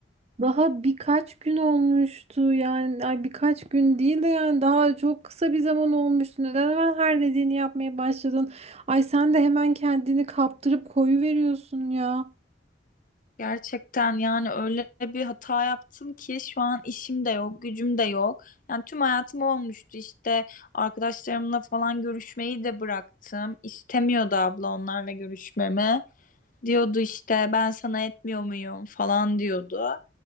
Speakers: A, on the right; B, on the left.
A: Daha birkaç gün olmuştu yani ay birkaç gün değil de yani daha çok kısa bir zaman olmuştu. Neden hemen her dediğini yapmaya başladın? Ay sen de hemen kendini kaptırıp koyu veriyorsun ya.
B: Gerçekten yani öyle bir hata yaptım ki şu an işim de yok, gücüm de yok. Yani tüm hayatım olmuştu işte arkadaşlarımla falan görüşmeyi de bıraktım. İstemiyordu abla onlarla görüşmemi. Diyordu işte ben sana etmiyor muyum falan diyordu.